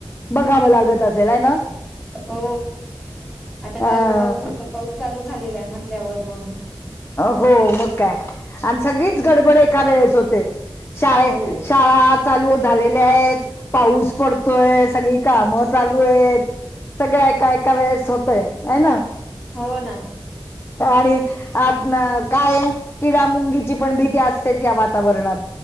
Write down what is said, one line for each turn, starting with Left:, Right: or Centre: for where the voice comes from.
Left: बघावं
Centre: हम्म
Left: लागत असेल आहे ना
Centre: हो आता
Left: अं,
Centre: काल परवापसूनंत पाऊस चालू झालेला हाय म्हटल्यावर मग
Left: हो मग काय आणि सगळीच गडबड एका वेळेस होते शाळे
Centre: हो
Left: शाळा चालू झालेल्या हायेत पाऊस पडतोय सगळी काम चालू एत. सगळ्या एका एका वेळेस होतय हाय ना.
Centre: हो ना.
Left: आणि आतन काय किडा मुंगीची पण भीती असतेच या वातावरणात